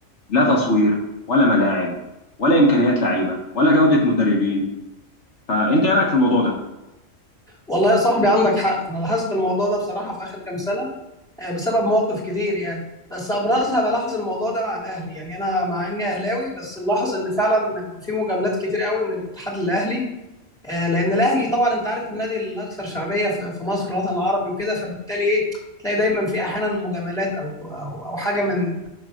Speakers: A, on the left (about 60°); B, in the centre.
A: لا تصوير ولا ملاعب ولا امكانيات لعيبه ولا جوده مدربين فانت ايه رايك في الموضوع ده
B: والله يا صاحبي عندك حق انا لاحظت الموضوع ده بصراحة في اخر كام سنة آه، بسبب مواقف كتير يعني بس ابرزها بلاحظ الموضوع ده مع الاهلي يعني انا مع اني اهلاوي بس ملاحظ ان فعلا بيبقى في مجاملات كتير قوي من الاتحاد للاهلي آه، لان الاهلي طبعا انت عارف النادي الاكثر شعبية في في مصر والوطن العربي وكده فبالتالي ايه تلاقي دايما في احيانا مجاملات او او او حاجه من